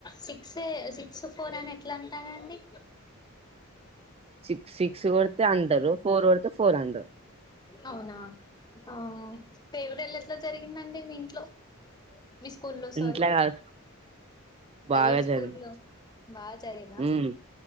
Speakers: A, on the left; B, on the right.
A: సిక్స్ సిక్స్ ఫోర్ అని ఎట్లా అంటారండి
B: సిక్స్ సిక్స్ కొడితే హండరు ఫోర్ కొడితే ఫోర్ హండరు
A: అవునా ఆ ఇ ఎవిడ అట్లా జరిగిందండి మీ ఇంట్లో మీ స్కూ లో సారీ
B: ఇంట్లో కాదు బాగా
A: అదే స్కూ
B: చదివి
A: లో బాగా చలేనా
B: ఉమ్,